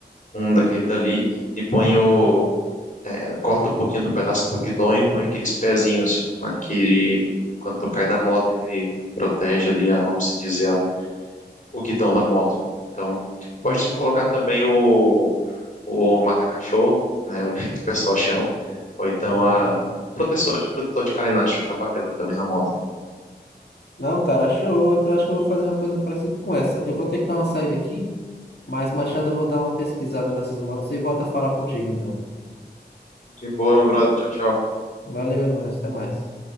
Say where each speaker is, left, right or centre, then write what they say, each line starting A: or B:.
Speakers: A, on the left (about 50°); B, on the left (about 70°).
A: um daquele dali e põe o. é, corta um pouquinho do pedaço do guidão e põe aqueles pezinhos, né? Que ele, quando tu cai da moto, ele protege ali, a, vamos se dizer, a- o guidão da moto. Então, pode
B: Hum.
A: colocar também o o mata-cachorro, né, <laughs> o que o pessoal chama, ou então
B: aham.
A: a protetor de, protetor de carenagem, fica bacana também na moto.
B: Não, cara, show. Então acho que eu vou fazer uma coisa parecida com essa. Eu vou ter que dar uma saída aqui. Mas, Machado, eu vou dar uma pesquisada nessas motos e volto a falar contigo, então.
A: De boa, meu brother. Tchau, tchau.
B: Valeu, é nóis, até mais.